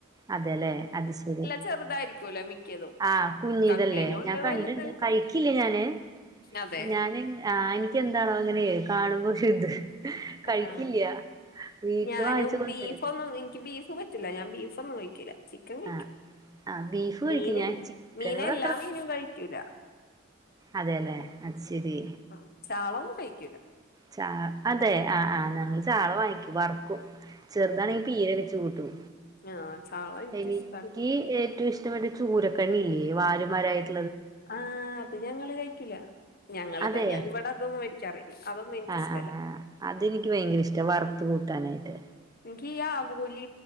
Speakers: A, on the right; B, on the left.
A: അതെലെ അത് ശരി
B: ചെറുതായിരിക്കൂലോ മിക്കതും
A: ആ കുഞ്
B: കക്കയിലും
A: ഇതല്ലേ
B: ഉണ്ട്
A: ഞാൻ കണ്ടിണ്ട്
B: വലുത്
A: കഴിക്കില്ല ഞാന്
B: അതെ
A: ഞാന് ആ എന്താണോ ഇങ്ങനെ കാണുമ്പോ <unintelligible> കഴിക്കില്ല
B: ആ
A: വീട്ടില്
B: ഞാനും
A: വാങ്ങിച്ചു കൊണ്ടുവരും
B: ബീഫ് ഒന്നും എൻക്ക് ബീഫ് പറ്റൂല ഞാൻ ബീഫ് ഒന്നും കഴിക്ക ക്കില്ല ചിക്കൻ കഴിക്കും
A: ആഹ് ആഹ് ബീഫ്
B: മീന്
A: കഴിക്കും ഞാൻ ചിക്കനോട്
B: മീന് എല്ലാ മീനും കഴിക്കൂല
A: അതെല്ലെ അ ശരി
B: ആ ചാള ഒന്നും കഴിക്കൂല
A: ചാ അതെ ആഹ് ആ ഞങ്ങൾ ചാള വാങ്ങിക്കും വറക്കും ആ <inaudible> ചെറുതാണെങ്കി പീരെ വെച്ച് കൂട്ടും
B: ആ ചാള എനിക്കിഷ്ടല്ല
A: എനിക്ക് ഏറ്റവും ഇഷ്ട- ഇഷ്ടട്ട് ചൂരൊക്കെണ്ണല്ലേ വാമാരായിട്ട്
B: ആഹ അപ്പൊ ഞങ്ങള് കഴിക്കില്ല ഞങ്ങളത്
A: അതെ
B: ഞാൻ ഇവിടെ അതൊന്നും മേടിക്കാറില്ല അതൊന്നും എനിക്ക്
A: ആഹ്
B: ഇഷ്ടമല്ല
A: ആഹ് ആഹ് അതെനിക്ക് ഭയങ്കര ഇഷ്ടം ട്ട വറുത്ത് കൂട്ടാനായിട്ട്
B: എനിക്ക് ഈ ആവുകോലി